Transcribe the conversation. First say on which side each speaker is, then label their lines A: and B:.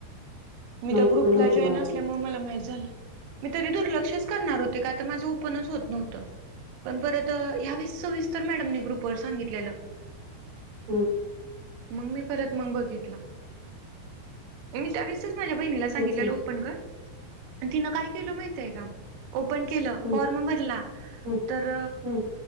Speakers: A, on the right; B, on the right.
A: मी
B: माहिती
A: त्या ग्रुपला
B: पण नव्हतं
A: जॉईन
B: मला
A: असल्यामुळे मला माहित झालं मी तरी दुर्लक्षच करणार होते का आता माझं ओपनच होत नव्हतं पण परत यावेळेस सविस्तर मॅडमने ग्रुपवर सांगितलेलं
B: हम्म.
A: मग मी परत मग बघितला मी त्यावीस वेळीस माझ्या बहिणीला सांगितकेलं
B: तेच ना
A: ओपन कर अन तिनं काय केलं माहितय का ओपन केलं,
B: हम्म
A: फॉर्म भरला
B: हम्म
A: तर
B: हम्म